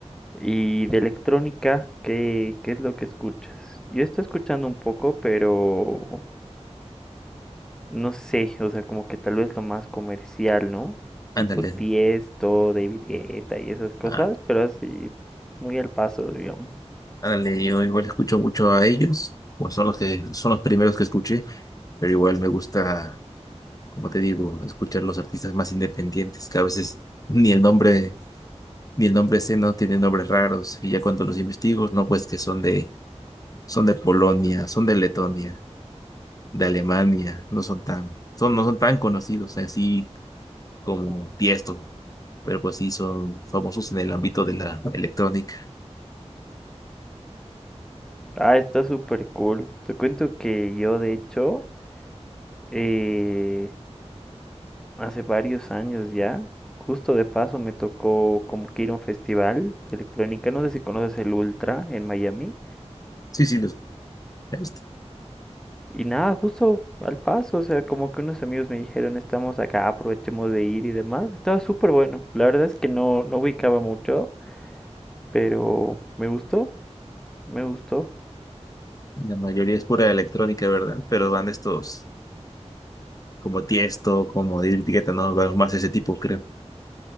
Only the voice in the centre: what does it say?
Y de electrónica, ¿qué, qué es lo que escuchas? Yo estoy escuchando un poco, pero no sé, o sea, como que tal vez lo más comercial, ¿no? Tipo
Tiesto, David Guetta y esas cosas,
pero así, muy al paso, digamos.
Ah, está súper cool. Te cuento que yo, de hecho, eh, hace varios años ya, justo de paso me tocó como que ir a un festival de electrónica, no sé si conoces el Ultra en Miami.
Y nada, justo al paso, o sea, como que unos amigos me dijeron, estamos acá, aprovechemos de ir y demás. Estaba súper bueno. La verdad es que no, no ubicaba mucho, pero me gustó, me gustó.